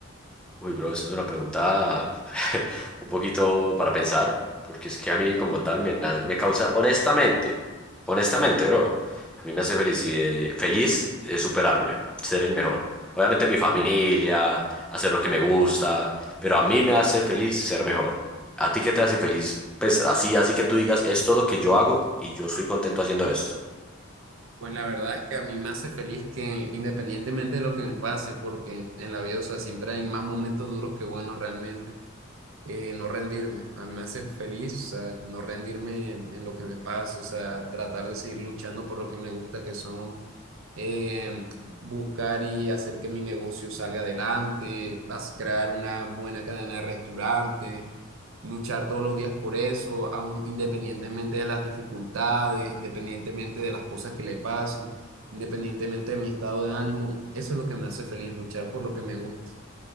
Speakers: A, in the centre; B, on the right.
A: Uy, bro, esa es una pregunta <laughs> un poquito para pensar, porque es que a mí como tal me, ha- me causa, honestamente, honestamente, bro, a mí me hace feliz, feliz eh, superarme, ser el mejor. Obviamente mi familia, hacer lo que me gusta, pero a mí me hace feliz ser mejor. ¿A ti qué te hace feliz? Pues así, así que tú digas, esto es lo que yo hago y yo estoy contento haciendo esto.
B: Pues la verdad es que a mí me hace feliz que independientemente de lo que me pase, porque en la vida, o sea, siempre hay más momentos duros que buenos realmente, eh, no rendirme. A mí me hace feliz, o sea, no rendirme en, en lo que me pasa, o sea, tratar de seguir luchando por lo que me gusta, que son eh, buscar y hacer que mi negocio salga adelante, vas a crear una buena cadena de restaurantes, luchar todos los días por eso, aun independientemente de las dificultades, independientemente de las cosas que le pasen, independientemente de mi estado de ánimo, eso es lo que me hace feliz, luchar por lo que me gusta.